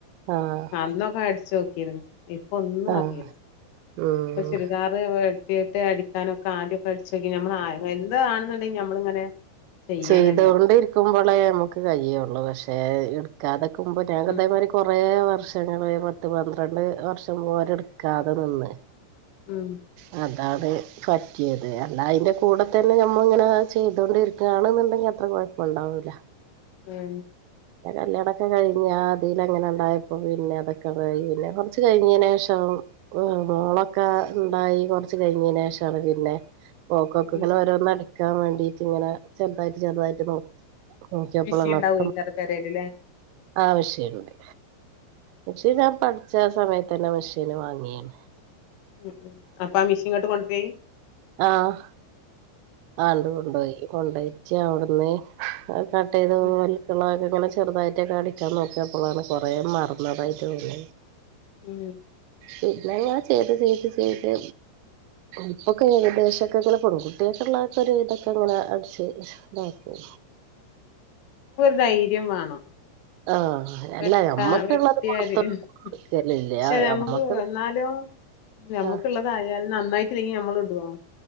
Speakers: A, on the right (about 90°); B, on the left (about 75°).
A: ആഹ്
B: അന്നൊക്കെ അ ചോക്കിരുന്നു ഇപ്പൊ ഒന്നും
A: ആഹ്
B: അറിയില്ല
A: ഉം
B: ഇപ്പൊ ചുരിുകാർ കുട്ടിട്ട അടിക്കാനൊക്കെ ആമൊക്കെ അടിച്ച നോക്കി നമ്മൾ എന്താണെന്നണ്ടെങ്ക നമ്മളിങ്ങനെ ചെയ്യണല്ലോ
A: ചെയ്തൊണ്ടി ഇരിക്കുമ്പോളേ നമുക്ക് കഴിയുള്ളു പക്ഷേ അതൊക്കെുമ്പ ഞങ്ങ
B: ഉം
A: അതേമാതിരി കുറേ വർഷങ്ങള് പത്ത് പന്ത്രണ്ട് വർഷം പോലും എടുക്കാതെ നിന്ന്
B: ഉം
A: ആ അതത് പറ്റിയത് അല്ല അതിന്റെ കൂടെ തന്നെ നമ്മൾ ഇങ്ങനെ ചെയ്തൊണ്ടിരിക്കുകയാണെന്നുണ്ടെങ്കിൽ അത്ര കുഴപ്പ ഉണ്ടാവൂല
B: ഉഹ
A: കല്യാണൊക്കെ കഴിഞ്ഞ അതിൽ എങ്ങനെ ഉണ്ടായപ്പോ പിന്നെ അതൊക്കെ പിന്നെ കുറച്ച് കഴിഞ്ഞതിനന് ശേഷം ് നോളൊക്കെ ഉണ്ടായി കുറച്ച് കഴിഞ്ഞതിനന് ശേഷമാണ് പിന്നെ പോക്കോക്ക
B: ഉം
A: ഇങ്ങനെ ഓരോന്ന് നാൻ വേണ്ടീട്ട് ഇങ്ങനെ ചെറുതായിട്ട് ചെറുതായിട്ട് നോി നക്കപ്പള
B: മിഷീൻ
A: നഷ്ടം
B: ഉണ്ടാവോയ്ക്കാരം പെരേല് ല്ലേ
A: ആവശ്യുണ്ട് പക്ഷേ ഞാ പഠിച്ച സമയത്ത് തന്നെ മെഷീന് വാങ്ങിയാണ്
B: ഉ ഉ അപ്പൊ ആ മിഷീ ഇങ്ങോട്ട് കൊണ്ടര
A: ആഹ ആണ്ട് കൊണ്ടുപോയി കൊണ്ടോയിച്ച് അവിടുന്ന് കട്ട് ചെയ്ത
B: ഉം
A: വലക്കളൊക്കെ ഇങ്ങ ചെറുതായിട്ടൊക്കെ അടിക്കാൻ നോക്കിയപ്പോളാണ് കുറേ മറന്നതായിട്ട്ോന്നത്
B: ഉം
A: പിന്നെ ഞാൻ ചെയ്ത് ചെയ്ത് ചെയ്ത് ഇപ്പൊക്കെ ഏകദേശംൊക്കെങ്കിലെ പെൺകുട്ടികൾ മുള്ളക്ക ഒരു ഇതൊക്കെ ഇങ്ങെ അടിച്ച് ഇതാക്കും
B: ധൈര്യം വേണം
A: ആഹ് അല്ല
B: വെട്ട
A: ഞമ്മക്കുള്ളത്
B: വെട്ടിയല്
A: പുറത്ത്
B: പക്ഷെ
A: കൊടുക്കലില്ല
B: നമുക്ക്
A: ഞമ്മക്ക്
B: വന്നാലും ഞമ്മുക്കുള്ള
A: ആഹ്
B: കാര്യാലം നന്നായിട്ട ഇങ്ങി നമ്മള ഇടുവാണം